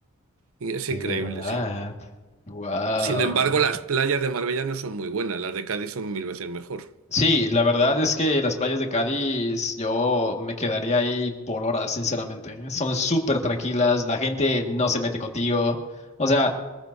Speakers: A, on the right; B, on the left.
A: y es
B: De
A: increíble,
B: verdad.
A: sí.
B: Wow.
A: Sin embargo, las playas de Marbella no son muy buenas, las de Cádiz son mil veces mejor.
B: Sí, la verdad es que las playas de Cádiz, yo me quedaría ahí por horas, sinceramente. Son súper tranquilas, la gente no se mete contigo. O sea,